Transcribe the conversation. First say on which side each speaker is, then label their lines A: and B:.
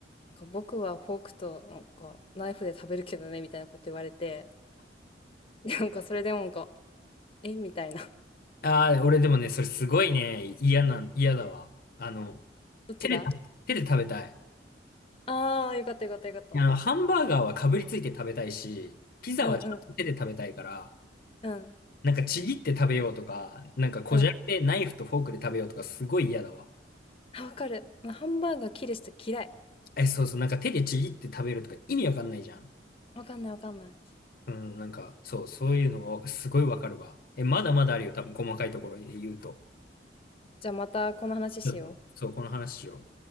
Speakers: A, on the left (about 30°); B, on the left (about 55°).
A: なんか僕はフォークとなんかナイフで食べるけどね、みたいなこと言われて、でなんかそれでもなんか、えみたいな。
B: ああ、俺でもね、それすごいね、嫌なん、嫌だわ。あの、
A: どっちが
B: 手で食べ、手で食べたい。
A: ああー、よかったよかったよかった。
B: あの、ハンバーガーはかぶりついて食べたいし、ピザはちゃんと手で食べたいから、
A: うんうん、うん、
B: なんかちぎって食べようとか、なんかこじゃれてナイフとフォークで食べようとか、
A: うん。
B: すごい嫌だわ。
A: あ、わかる。まあハンバーガー切る人嫌い。
B: え、そうそう、なんか手でちぎって食べるとか意味わかんないじゃん。
A: わかんないわかんない。
B: うん、なんか、そう、そういうのがすごいわかるわ。え、まだまだあるよ、多分細かいところで言うと。
A: じゃあまたこの話しよう。
B: ちょっと、そう、この話を。